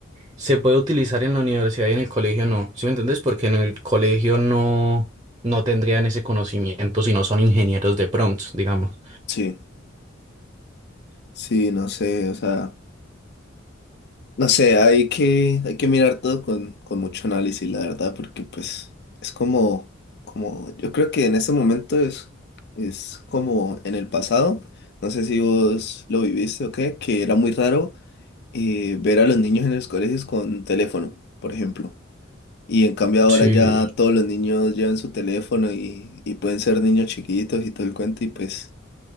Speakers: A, on the right; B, on the left.
A: se puede utilizar en la universidad y en el colegio no. ¿Sí me entendés? Porque en el colegio no, no tendrían ese conocimiento si no son ingenieros de prompts, digamos.
B: Sí, sí, no sé, o sea. No sé, hay que, hay que mirar todo con, con mucho análisis, la verdad, porque pues es como, como, yo creo que en este momento es, es como en el pasado, no sé si vos lo viviste o qué, que era muy raro eh, ver a los niños en los colegios con teléfono, por ejemplo. Y en cambio ahora
A: Sí,
B: ya todos los niños llevan su teléfono y, y pueden ser niños chiquitos y todo el cuento y pues...